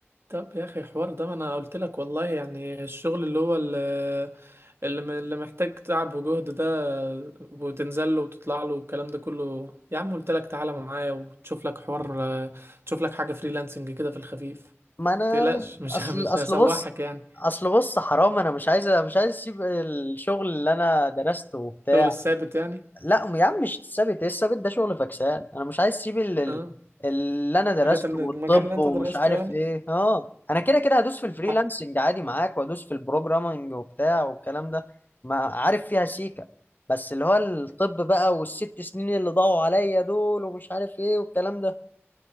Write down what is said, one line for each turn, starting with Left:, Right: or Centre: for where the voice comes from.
Right: طب يا اخي حوار ده ما انا قلت لك والله يعني الشغل اللي هو ال- اللي م- اللي محتاج تعب وجهد ده وتنزل له وتطلع له والكلام ده كله يا عم قلت لك تعالى معايا وتشوف لك حوار آه، تشوف لك حاجة فريلانسنج كده في الخفيف
Left: ما انا
Right: متقلقش <laughs> مش
Left: اصل
Right: ه- مش
Left: اصل
Right: هسوحك
Left: بص
Right: يعني
Left: اصل بص حرام انا مش عايز مش عايز اسيب الشغل اللي انا درسته وبتاع
Right: شغل الثابت يعني
Left: لا م- يا عم مش الثابت ايه الثابت ده شغل فكسان انا مش عايز اسيب ال- ال-
Right: اه
Left: اللي انا
Right: حاجات
Left: درسته
Right: ال-
Left: والطب
Right: المجال اللي انت
Left: ومش
Right: درسته
Left: عارف
Right: يعني
Left: ايه اه انا كده كده هدوس في الفريلانسنج
Right: حق.
Left: عادي معاك وهدوس في البروجرامنج وبتاع والكلام ده ما عارف فيها سيكا بس اللي هو الطب بقى والست سنين اللي ضاعوا عليا دول ومش عارف ايه والكلام ده